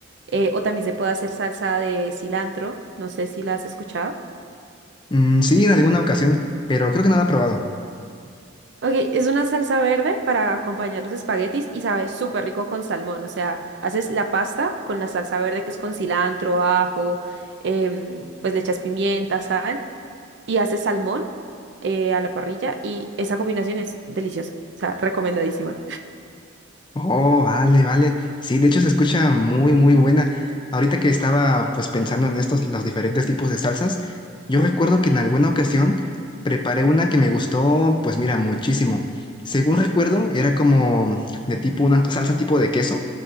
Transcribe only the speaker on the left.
Mm, sí, en alguna ocasión, pero creo que no la he probado.
Oh, vale, vale. Sí, de hecho se escucha muy, muy buena. Ahorita que estaba pues pensando en estos, los diferentes tipos de salsas, yo recuerdo que en alguna ocasión preparé una que me gustó, pues mira, muchísimo. Según recuerdo, era como de tipo una salsa tipo de queso,